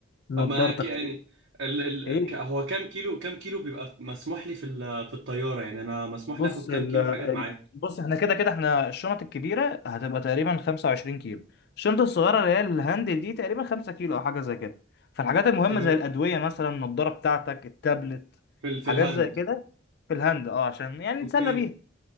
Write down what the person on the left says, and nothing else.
نضارتك
تجيب
ايه
بص
ال
ال-
بص احنا كده كده احنا الشنط الكبيره هتبقى تقريبا 25 كيلو الشنطه الصغيره اللي هي الهاند دي تقريبا 5 كيلو او حاجه زي كده فالحاجات المهمه
زي الادويه مثلا النضاره بتاعتك التابلت
حاجات
زي كده في الهاند اه عشان يعني
نتسلى بيها